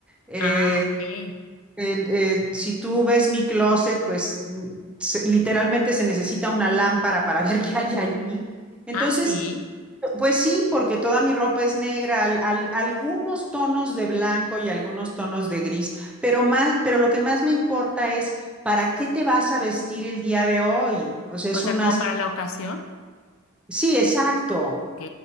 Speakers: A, in the centre; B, on the left.
A: eh,
B: Ah, ok.
A: eh, eh, si tú ves mi closet, pues mm, se- literalmente se necesita una lámpara para <laughs> ver qué hay allí. Entonces,
B: Ah, sí.
A: pues sí, porque toda mi ropa es negra, al- al- algunos tonos de blanco y algunos tonos de gris, pero más, pero lo que más me importa es para qué te vas a vestir el día de hoy. O sea, es
B: O sea,
A: una
B: como para la ocasión.
A: sí, exacto,
B: Ok,